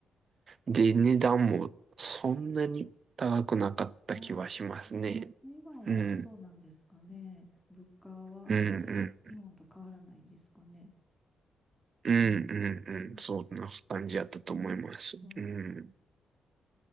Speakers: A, on the right; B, in the centre.
A: で、値段もそんなに高くなかった気はしますね。
B: あ、台湾はそうなんですかね。
A: うん。
B: 物価はあんまり日本と変わらないんですかね。
A: うんうんうん、うん、
B: うん
A: うん。そんな感じやったと思います。
B: と、
A: うん。